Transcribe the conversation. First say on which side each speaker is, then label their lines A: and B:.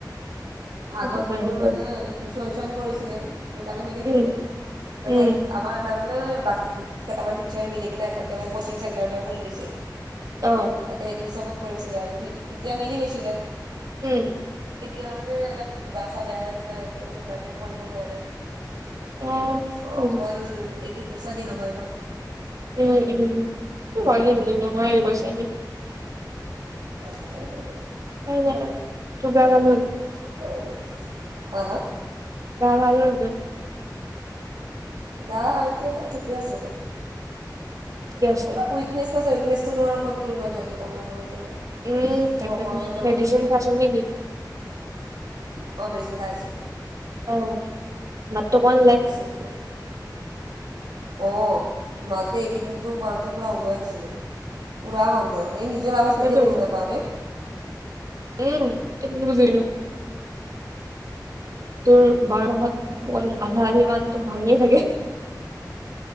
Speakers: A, on the right; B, on the right.
A: সেইটো
B: আগত
A: কাৰণে
B: তোৰ মানে টিউচন চিউচন কৰিছিলে। সেইকাৰণে মিলি গৈছিলে।
A: উম
B: মানে
A: উম
B: <unintelligible> আমাৰ এটা মানে বাকী কেইটামান টিচাৰে মিলি কেনে একেলগে কচিং চেণ্টাৰ এটা খুলি দিছে।
A: অঁ
B: তাতে সেইটো হিচাপত কৰিছিলে আৰু সেই তেতিয়া মিলি গৈছিলে
A: উম',
B: এতিয়া মানে অলপ গা চা বেয়া হৈ থাকে। সেইকাৰণে কৰিব নোৱাৰে।
A: অ
B: অ',
A: বুজিছো
B: অকল এইটো পইচা দি নহয় ন
A: উম উম উম <unintelligible> এই পইছা দি
B: <unintelligible>
A: তাই নাই আৰু কিবা
B: কৰি
A: খালি
B: <unintelligible> হা হা
A: গা ভাল হৈ গল
B: গা এতিয়া ঠিকে আছো দে
A: ঠিকে আছে
B: অলপ উইকনেছটো আছে। উইকনেছটো নো ক'ত তোৰ ইমান জল্দি কমিব এইটো
A: উম তাকেতো
B: নকমে ন
A: মেডিচিন খাইছ নেকি
B: অ', মেডিচিন খাই আছো।
A: অ', মাতটো অকণ
B: মেডিচিনটো অ মাজতে এইকেইদিনতো মই টো পুৰা ওলোৱাই নাছিলে পুৰা বন্ধ এই নিজৰ আৱাজ
A: তাকেতো
B: নিজে বুজি নাপাওঁৰে
A: উম <unintelligible> তোৰ বাৰ মাহত
B: কি কবি আৰু
A: আধা আধি মাতটো ভাঙিয়ে থাকে